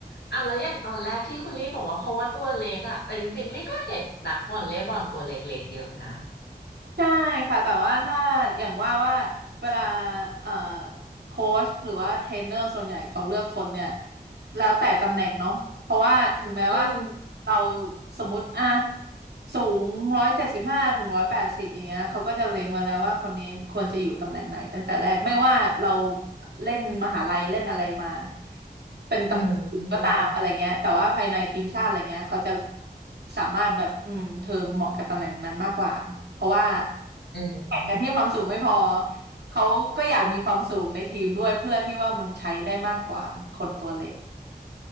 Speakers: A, on the left; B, on the right.
A: อ่ะแล้วอย่างตอนแรกที่คุณลี่บอกว่าเพราะว่าตัวเล็กอ่ะแต่จริงๆลี่ก็เห็นนักวอลเลย์บอลตัวเล็กๆเยอะนะ
B: ใช่ค่ะแต่ว่าถ้าอย่างว่าว่าเวลาเอ่อโค้ชหรือว่าเทรนเนอร์ส่วนใหญ่เขาเลือกคนเนี่ย แล้วแต่ตำแหน่งเนาะเพราะว่าถึงแม้ว่า
A: อืม
B: เราสมมติอ่ะสูงร้อยเจ็ดสิบห้าถึงร้อยแปดสิบอย่างเงี้ยเขาก็จะเล็งไว้แล้วว่าคนนี้ควรจะอยู่ตำแหน่งไหนตั้งแต่แรกไม่ว่าเราเล่นมหาลัยเล่นอะไรมาเป็นตำแหน่งอื่นก็ตามอะไรเงี้ยแต่ว่าภายในทีมชาติอะไรเงี้ยเขาจะ
A: อืมอืม
B: สามารถแบบอืมเธอเหมาะกับตำแหน่งนั้นมากกว่าเพราะว่า
A: อืม
B: แข่งกันที่ความสูงไม่พอเขาก็อยากมีความสูงในทีมด้วยเพื่อที่ว่ามันใช้ได้มากกว่าคนตัวเล็ก